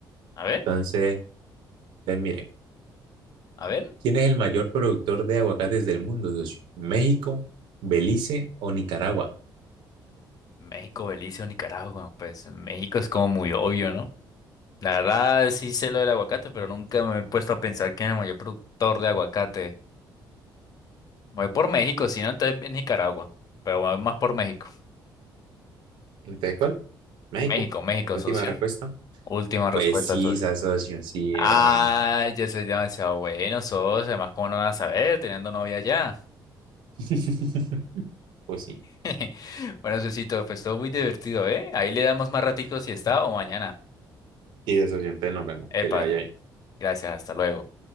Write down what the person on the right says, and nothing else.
Entonces, pues mire,
¿quién es el mayor productor de aguacates del mundo, socio? ¿México, Belice o Nicaragua?
Entonces, ¿cuál? México.
Última
respuesta.
Pues sí,
esa asociación sí
era México.
<laughs> Pues sí.
Y esa asociación, entonces nos vemos.
Que le vaya bien.